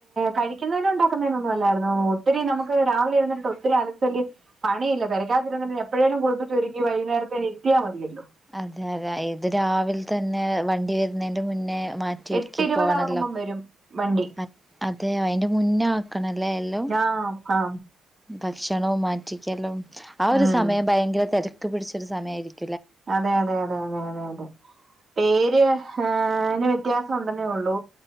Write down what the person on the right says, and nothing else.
കഴിക്കുന്നതിനും ഉണ്ടാക്കുന്നതിന് ഒന്നും അല്ലായിരുന്നു ഒത്തിരി നമുക്ക് രാവിലെ എഴുന്നേട്ട് ഒത്തിരി അ ല് പണിയില്ല പെരക്കാത്തിരണ്ടെ എപ്പഴേലും കൊടുത്തിട്ട് ഒരുക്കി വൈന്നേരത്തെ നി എത്തിയാൽ മതിയല്ലോ
എട്ട് ഇരുപതാകുമ്പം
വരും വണ്ടി
ആ ആ
ഉം
അതെ അതെ അതെ അതെ അതെ അതെ പേര് ആന് വ്യത്യാസം ഉണ്ടെന്നേ ഉള്ളൂ